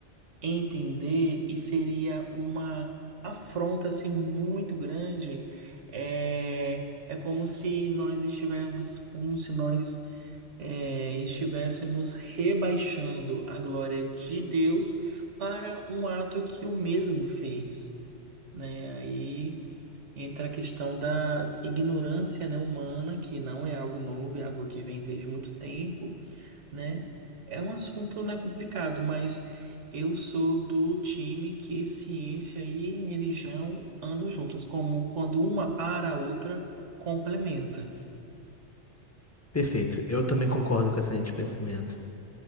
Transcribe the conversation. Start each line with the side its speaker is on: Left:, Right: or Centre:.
Right: entender e seria uma afronta assim, muito grande. É, é como se nós estivéssemos, como se nós é, estivéssemos rebaixando a glória de Deus para um ato que o mesmo fez, né? Aí entra a questão da ignorância, né, humana, que não é algo novo, é algo que vem desde muito tempo né? É um assunto, né, complicado, mas eu sou do time que ciência e religião andam juntas, como quando uma para, a outra complementa.
Left: Perfeito. Eu também concordo com essa linha de pensamento.